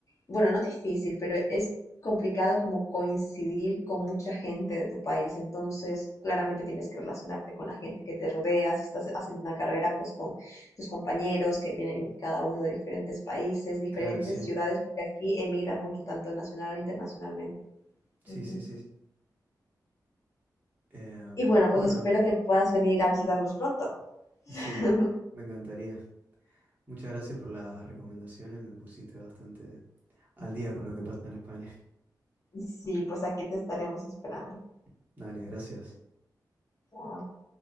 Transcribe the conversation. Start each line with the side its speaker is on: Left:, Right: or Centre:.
Left: bueno, no difícil, pero es complicado como coincidir con mucha gente de tu país, entonces claramente tienes que relacionarte con la gente que te rodea, si estás haciendo una carrera, pues con tus compañeros que vienen cada uno de diferentes países, diferentes
Right: Claro, sí.
Left: ciudades, porque aquí emigra mucho, tanto nacional e internacionalmente.
Right: Sí,
Left: Ujú.
Right: sí, sí. sí. Em,
Left: Y bueno, pues
Right: bueno,
Left: espero que puedas venir a visitarnos pronto.
Right: <laughs>
Left: <laughs>
Right: sí, me encantaría. Muchas gracias por las recomendaciones. Me pusiste bastante al día con lo que pasa en España.
Left: Sí, pues aquí te estaremos esperando.
Right: <laughs> Dale, gracias.
Left: Chao.